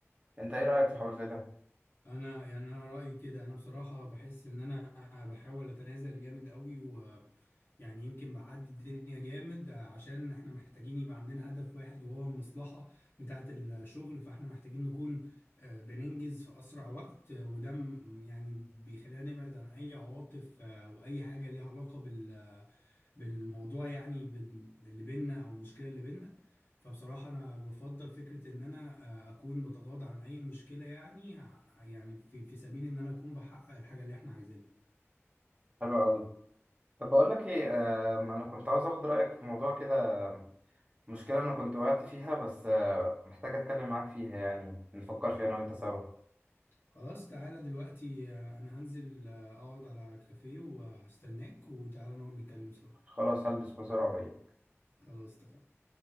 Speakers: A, on the right (about 25°); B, on the left (about 45°).
A: انت ايه رأيك في
B: اه
A: حوار زي ده
B: انا يعني انا رايي كده انا بصراحه بحس ان انا بحاول اتنازل جامد قوي و يعني يمكن بعدي الدنيا جامد عشان احنا محتاجين يبقى عندنا هدف واحد وهو المصلحه بتاعه الشغل فاحنا محتاجين نكون آه، بننجز في اسرع وقت آه، وده م- يعني بيخلينا نبعد عن اي عواطف آه، واي حاجه ليها علاقه بال بالموضوع يعني بال- اللي بينا او المشكله اللي بينا فبصراحه انا بفضل فكره ان انا آه، اكون بتغاضى عن اي مشكله يعني ع- يعني في في سبيل ان انا اكون بحقق الحاجه اللي احنا عايزينها
A: حلو قوي طب بقول لك ايه آم، انا كنت عاوز اخد رأيك في موضوع كده آم، مشكلة انا كنت وقعت فيها بس آه، محتاج اتكلم معاك فيها يعني نفكر فيها انا وانت سوا
B: خلاص تعالى دلوقتي آه، انا هنزل آه، اقعد على كافيه وهستناك وتعالى نقعد نتكلم سوا
A: خلاص هلبس بسرعة وجاي
B: خلاص اتفقنا